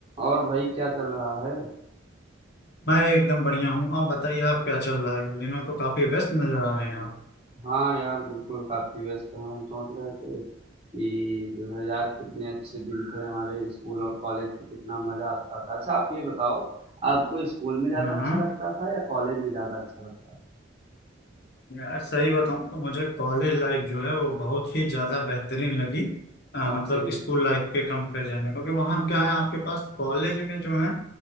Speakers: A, on the right; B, on the left.
A: और भाई क्या चल रहा है?
B: मैं एकदम बढ़िया हूँ आप बताइए आप क्या चल रहा है इन दिनों तो काफी व्यस्त नजर आ रहे हैं आप
A: हाँ यार बिल्कुल काफी व्यस्त हैं हम सोच रहे थे कि जो है यार कितने अच्छे दिन थे हमारे स्कूल और कॉलेज की कितना मजा आता था अच्छा आप ये बताओ आपको स्कूल में ज्यादा
B: हाँ
A: अच्छा
B: हाँ
A: लगता था या कॉलेज में ज्यादा अच्छा लगता
B: यार सही बताऊँ तो मुझे कॉलेज लाइफ जो है वो बहुत ही ज्यादा बेहतरीन लगी आ,
A: था
B: मतलब
A: ओके
B: स्कूल लाइफ के कंपेरिजन में क्योंकि वहाँ क्या है आपके पास कॉलेज में जो है